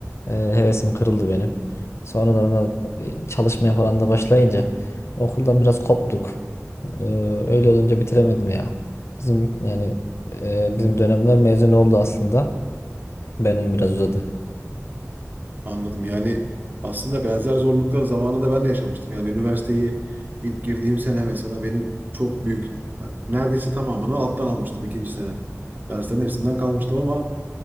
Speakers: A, on the left; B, on the right.
A: Ee, hevesim kırıldı benim. Sonradan da e, çalışmaya falan da başlayınca okuldan biraz koptuk. Ee, öyle olunca bitiremedim ya. Bizim yani e, bizim dönemler mezun oldu aslında. Benim biraz uzadı.
B: Anladım. Yani aslında benzer zorluklar zamanında ben de yaşamıştım. Yani üniversiteyi ilk girdiğim sene mesela benim çok büyük yani neredeyse tamamını alttan almıştım ikinci sene. Derslerin hepsinden kalmıştım ama